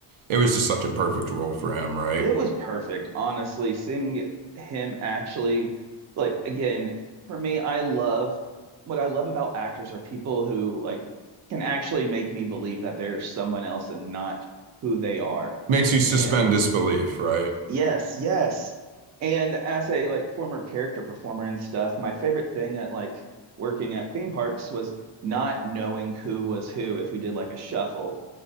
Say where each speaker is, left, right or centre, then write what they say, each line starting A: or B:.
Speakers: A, on the right; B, on the right.
A: it was just such a perfect role for him, right?
B: it was perfect. Honestly, seeing him actually, like, again, for me, I love what I love about actors are people who like can actually make me believe that they're someone else and not who they are.
A: Makes you suspend
B: And
A: disbelief, right?
B: yes, yes. And as a like former character performer and stuff, my favorite thing at like working at theme parks was not knowing who was who if we did like a shuffle.